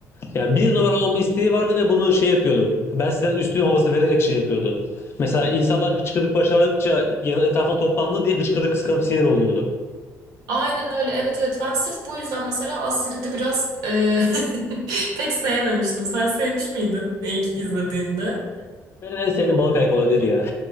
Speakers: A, on the left; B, on the right.
A: yani bir numara olma isteği vardı ve bunu şey yapıyordu. Ben sizden üstün havası vererek şey yapıyordu. Mesela insanlar hıçkırık başardıkça yan- etrafına toplandı diye hıçkırık kıskanıp sinir oluyordu.
B: Aynen öyle. Evet evet ben sırf bu yüzden mesela Astrid'i biraz e, <laughs> pek sevmemiştim. Sen sevmiş miydin ilk izlediğinde?
A: Benim en sevdiğim balık ayak olabilir ya.